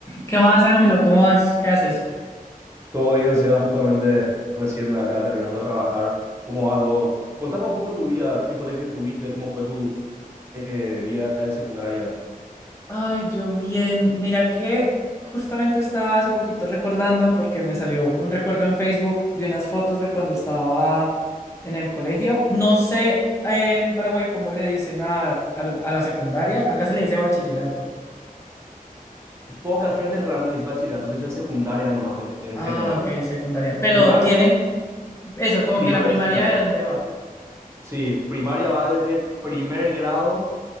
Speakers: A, on the left; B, on the right.
A: ¿Qué más, Ángelo? ¿Cómo vas? ¿Qué haces?
B: Todo bien, Seba, justamente recién acá terminando de trabajar. ¿Cómo va todo? Contame un poco de tu vida, qué colegio estuviste, cómo fue tu eh, vida de secundaria.
A: Ay, yo bien. Mira que justamente estaba hace poquito recordando porque me salió un recuerdo en Facebook de unas fotos de cuando estaba en el colegio. No sé en Paraguay cómo le dicen a, a, a la secundaria. Acá se le dice bachillerato.
B: Poca gente realmente le dice bachillerato, se dice secundaria nomás en
A: Ah,
B: general.
A: ok, secundaria. Pero
B: Primaria,
A: tienen eso, como
B: primaria
A: que la primaria
B: y secundaria.
A: de dónde va.
B: Sí, primaria va desde primer grado